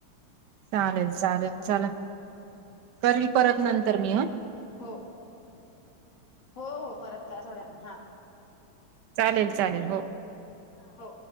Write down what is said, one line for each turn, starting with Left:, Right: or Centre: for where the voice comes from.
Right: चालेल चालेल चला. करील परत नंतर मी हं.
Left: हो हो हो परत करा थोड्या वेळानहा.
Right: चालेल चालेल हो.
Left: हो.